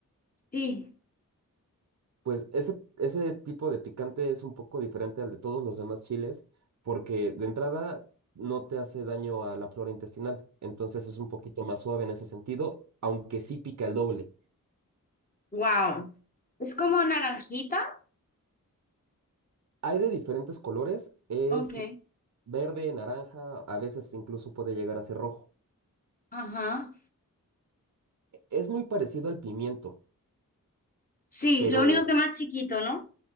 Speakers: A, on the left; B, on the right.
A: Sí.
B: Pues ese, ese tipo de picante es un poco diferente al de todos los demás chiles porque de entrada no te hace daño a la flora intestinal, entonces es un poquito más suave en ese sentido, aunque sí pica el doble.
A: Wow. Es como naranjita.
B: Hay de diferentes colores, es
A: Ok.
B: verde, naranja, a veces incluso puede llegar a ser rojo.
A: Ajá.
B: Es muy parecido al pimiento,
A: Sí,
B: pero
A: lo único que más chiquito, ¿no?